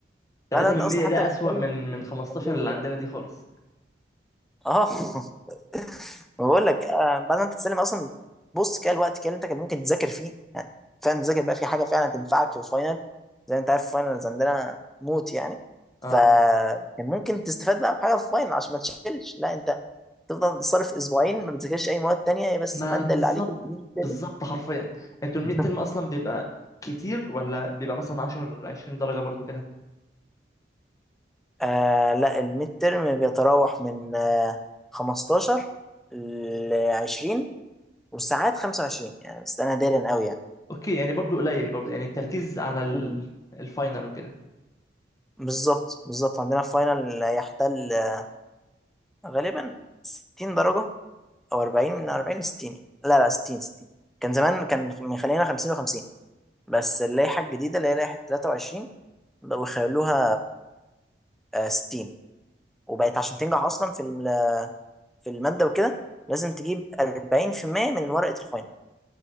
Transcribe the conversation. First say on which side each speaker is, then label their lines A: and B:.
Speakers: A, on the left (about 20°); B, in the centre.
A: 3
B: بعد ما انت
A: من
B: اصلا
A: 100
B: حتى
A: ده
B: بتسلم
A: اسوأ من من 15
B: أنا ليه
A: اللي عندنا دي
B: كده؟
A: خالص
B: اه <laughs> ما بقول لك آه، بعد ما انت تسلم اصلا بص كده الوقت كده اللي انت كان ممكن تذاكر فيه يعني فعلا تذاكر بقى في حاجه فعلا تنفعك في الفاينل زي ما انت عارف الفاينلز عندنا موت يعني فكان
A: اه
B: ممكن تستفاد بقى بحاجه في الفاينل عشان ما تشيلش لا انت تفضل تصرف اسبوعين ما بتذاكرش اي مواد تانية هي بس
A: ما
B: الماده
A: بالظبط
B: اللي عليك البريد كده.
A: بالظبط حرفيا انتوا
B: <laughs>
A: الميد ترم اصلا بيبقى كتير ولا بيبقى مثلا 10 20 درجة برضو كده
B: آه لا الميد ترم بيتراوح من آه 15 ل 20 والساعات 25 يعني بس انا دارن قوي يعني
A: اوكي يعني برضو قليل برضو يعني التركيز على ال-
B: مم.
A: الفاينل وكده
B: بالظبط بالظبط عندنا الفاينل يحتل آه، غالبا 60 درجة او 40 من 40 ل 60 لا لا 60 60 كان زمان كان مخلينا 50 و50 بس اللائحة الجديدة اللي هي لائحة 23 بقوا يخلوها آه، 60 وبقت عشان تنجح اصلا في ال- في المادة وكده لازم تجيب 40% من ورقة الفاينل